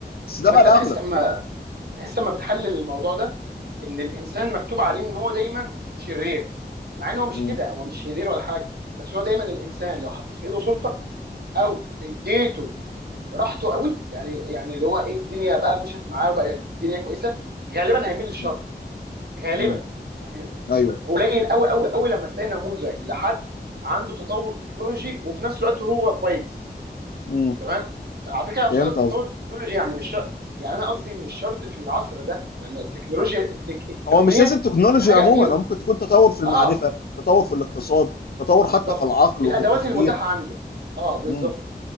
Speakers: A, on the left; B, on the right.
A: بس ده
B: ما هو
A: بقى
B: انت
A: الاغلب
B: تحس اما تحس اما بتحلل الموضوع ده ان الانسان مكتوب عليه ان هو دايما شرير مع ان هو مش
A: مم.
B: كده هو مش شرير ولا حاجه بس هو دايما الانسان لو حطيت في ايده سلطه او اديته راحته قوي يعني يعني اللي هو ايه الدنيا بقى مشت معاه وبقى الدنيا كويسه غالبا هيميل للشر
A: مم.
B: غالبا
A: مم.
B: يعني
A: ايوه
B: قليل قوي قوي قوي لما تلاقي نموذج لحد عنده تطور تكنولوجي وفي نفس الوقت هو كويس
A: مم.
B: تمام على فكره أنا مش
A: فهمت
B: قصدي تطور تكنولوجي يعني مش شرط يعني انا قصدي مش شرط في العصر ده يعني التكنولوجيا التك... التقنيه
A: هو مش لازم تكنولوجي
B: دي حاجه
A: عموما
B: قديمه
A: هو ممكن تكون تطور في المعرفة
B: اه
A: تطور في الاقتصاد تطور
B: بالظبط
A: حتى في العقل
B: في الادوات
A: وفي التفكير
B: المتاحه عنده اه بالظبط
A: امم